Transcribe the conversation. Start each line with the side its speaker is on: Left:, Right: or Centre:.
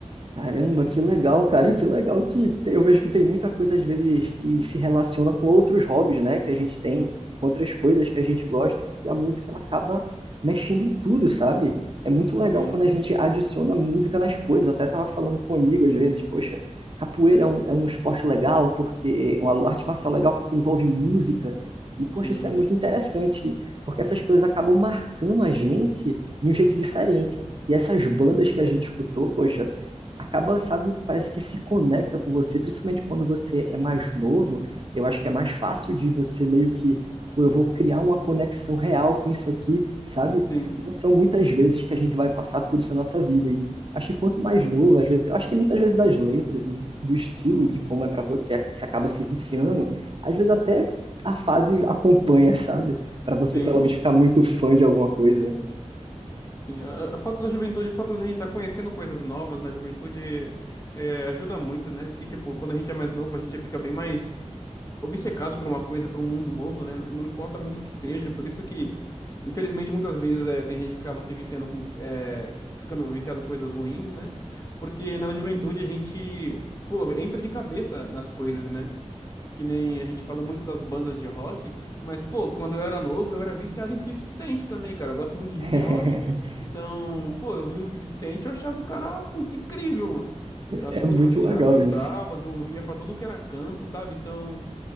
Right: Caramba, que legal, cara, que legal que tem- eu vejo que tem muita coisa às vezes que se relaciona com outros hobbies, né, que a gente tem, com outras coisas que a gente gosta, porque a música ela acaba mexendo em tudo, sabe? É muito legal
Left: Sim,
Right: quando a gente adiciona música nas coisas. Eu Até tava falando com um amigo às vezes, poxa, capoeira é um, é um esporte legal porque uma arte marcial legal porque envolve música. E poxa,
Left: sim,
Right: isso é muito interessante, porque essas coisas acabam marcando a gente de um jeito diferente. E essas bandas que a gente escutou, poxa, acaba, sabe, parece que se conecta com você, principalmente quando você é mais novo. Eu acho que é mais fácil de você meio que, pô, eu vou criar uma conexão real com isso aqui, sabe?
Left: sim,
Right: Não são muitas vezes que a gente vai passar por isso na nossa vida. E acho que quanto mais novo, às vezes, eu acho que muitas vezes das letras e do estilo, de como é pra você, você acaba se viciando, às vezes até a fase acompanha, sabe? Pra você
Left: sim.
Right: pelo menos ficar muito fã de alguma coisa.
Left: Sim, a a foto da juventude, a foto da gente estar conhecendo coisas novas na juventude é, ajuda muito, né? Que, tipo, quando a gente é mais novo, a gente fica bem mais obcecado por uma coisa, por um mundo novo, né? Não importa muito o que seja, por isso que, infelizmente, muitas vezes é, tem gente que acaba se viciando com, é, ficando viciado com coisas ruins, né? Porque na juventude a gente, pô, entra de cabeça nas coisas, né? Que nem a gente falou muito das bandas de rock, mas, pô, quando eu era novo, eu era viciado em 50 Cent também, cara. Eu gosto muito de
Right: <laughs>
Left: hip hop. Então, pô, eu vi o 50 Cent e eu achava o cara muito incrível, mano. As
Right: É
Left: músicas
Right: muito
Left: assim,
Right: legal
Left: ah, muito
Right: isso.
Left: bravas eu ouvia pra tudo que era canto, sabe? Então,